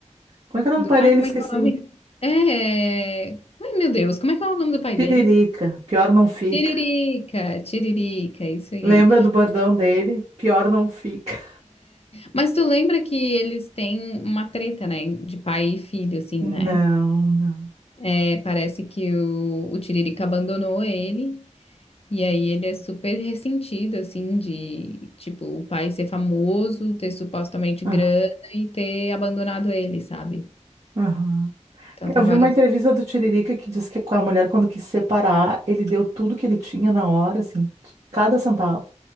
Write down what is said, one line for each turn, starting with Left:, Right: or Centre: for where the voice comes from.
Right: Como é que é o nome
Left: do-
Right: do pai
Left: Ai,
Right: dele?
Left: como
Right: Esqueci.
Left: é que é o nome? É. Ai, meu Deus, como é que é o nome do pai
Right: Tiririca,
Left: dele?
Right: pior não fica.
Left: Tiririca, Tiririca, isso aí.
Right: Lembra do bordão dele? Pior não fica.
Left: Mas tu lembra que eles têm uma treta, né? De pai e filho, assim,
Right: Não,
Left: né?
Right: não.
Left: É, parece que o, o Tiririca abandonou ele, e aí ele é super ressentido, assim, de, tipo, o pai ser famoso, ter supostamente
Right: Aham,
Left: grana e ter abandonado ele, sabe?
Right: aham.
Left: Então tem
Right: Eu vi
Left: várias.
Right: uma entrevista do Tiririca que diz que com a mulher, quando quis separar, ele deu tudo que ele tinha na hora, assim, cada centavo.